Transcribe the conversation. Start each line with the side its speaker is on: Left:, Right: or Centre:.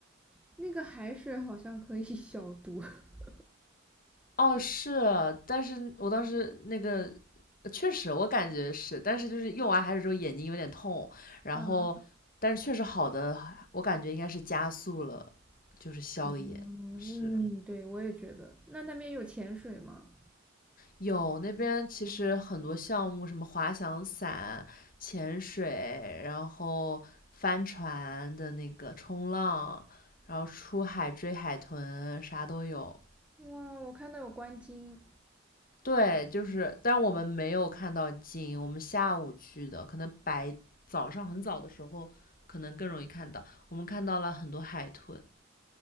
Centre: 那个海水好像可以 <laughs> 消毒。<laughs>
Left: <laughs> 哦，是，但是我当时那个确实我感觉是，但是就是用完海水之后眼睛有点痛，然后但是确实好的，
Centre: 嗯
Left: 我感觉应该是加速了，就是消炎。
Centre: 嗯，
Left: 是，
Centre: 对，我也觉得。那那边有潜水吗？
Left: 有那边其实很多项目，什么滑翔伞、潜水，然后帆船的那个冲浪，然后出海追海豚，啥都有。
Centre: 哇，我看到有观鲸，
Left: 对，就是，但我们没有看到鲸，我们下午去的，可能白早上很早的时候，可能更容易看到。我们看到了很多海豚，